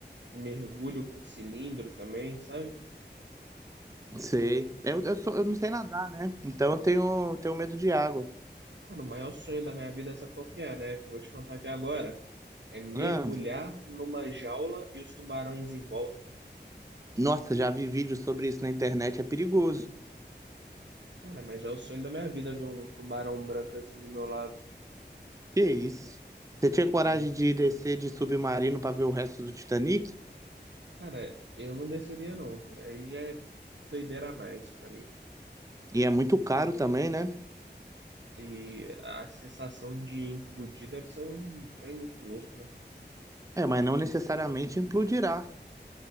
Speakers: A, on the right; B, on the right.
A: mergulho com cilindro também, sabe?
B: Sei. Eu, eu, sou- eu não sei nadar, né? Então eu tenho, tenho medo de água.
A: Cara, o maior sonho da minha vida, sabe qual que é, né? Que eu vou te contar aqui agora. É mergulhar
B: Ah,
A: numa jaula e os tubarões em volta.
B: nossa, já vi vídeos sobre isso na internet, é perigoso.
A: Cara, mas é o sonho da minha vida ver um tubarão branco assim do meu lado.
B: Que isso? Você tinha coragem
A: Sim.
B: de descer de submarino pra ver o resto do Titanic?
A: Cara, eu não desceria não. Aí já é doideira a mais pra mim.
B: E é muito caro também, né?
A: E a sensação de implodir deve ser um trem muito louco, né?
B: É, mas não necessariamente implodirá.